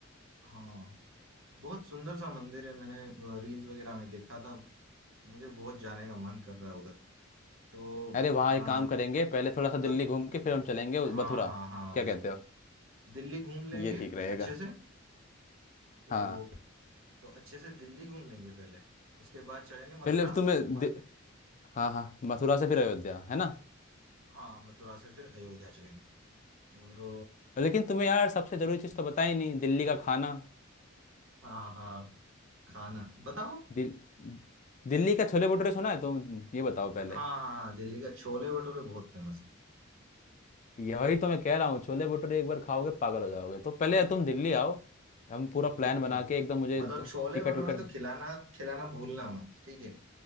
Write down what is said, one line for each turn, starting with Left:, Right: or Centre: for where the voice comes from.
Right: हाँ बहुत सुंदर सा मंदिर है मैंने रील्स वगैरह में देखा था मुझे बहुत जाने का मन कर रहा है उधर तो
Left: अरे वहाँ
Right: हाँ
Left: एक काम करेंगे पहले थोड़ा सा दिल्ली
Right: तो
Left: घूम के फिर हम चलेंगे उ-
Right: हाँ
Left: मथुरा
Right: हाँ हाँ
Left: क्या
Right: वही
Left: कहते हो
Right: दिल्ली घूम
Left: ये
Right: लेंगे
Left: ठीक रहेगा
Right: अच्छे से तो
Left: हाँ
Right: तो अच्छे से दिल्ली घूम लेंगे पहले उसके बाद चलेंगे मथुरा
Left: पहले तुम्हें
Right: म,
Left: दि... हाँ हाँ मथुरा से फिर अयोध्या है ना
Right: हाँ मथुरा से फिर अयोध्या चलेंगे और
Left: लेकिन तुम्हें यार सबसे जरूरी चीज़ तो बताई नहीं दिल्ली का खाना
Right: हाँ हाँ खाना बताओ
Left: दिल... दिल्ली का छोले भटूरे सुना है तुम ये बताओ पहले
Right: हाँ हाँ हाँ, दिल्ली का छोले भटूरे बहुत फेमस है
Left: यही तो मैं कह रहा हूँ छोले भटूरे एक बार खाओगे पागल हो जाओगे तो पहले तुम दिल्ली आओ हम पूरा
Right: ठीक
Left: प्लान
Right: है
Left: बना
Right: ठीक है
Left: के एकदम मुझे
Right: मतलब
Left: द-
Right: छोले
Left: टिकट
Right: भटूरे
Left: विकट
Right: तो खिलाना खिलाना भूलना मत ठीक है